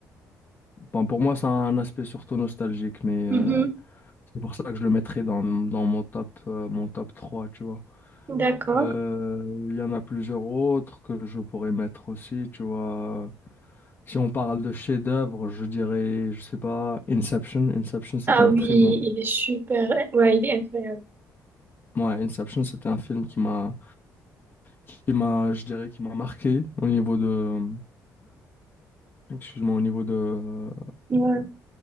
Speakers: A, on the left; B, on the right.
A: ben, pour moi, c'est un aspect surtout nostalgique, mais euh,
B: Mhm,
A: c'est pour ça que je le mettrais dans, dans mon top, euh, mon top trois tu vois.
B: d'accord.
A: Euh, Il y en a plusieurs autres que je pourrais mettre aussi, tu vois. Si on parle de chef-d'œuvre, je dirais, je sais pas, Inception. Inception, c'est
B: Ah
A: un
B: oui,
A: très bon
B: il est super. Ouais, il est incroyable.
A: Ouais, Inception, c'était un film qui m'a, qui m'a, je dirais, qui m'a marqué au niveau de, excuse-moi, au niveau de,
B: Ouais.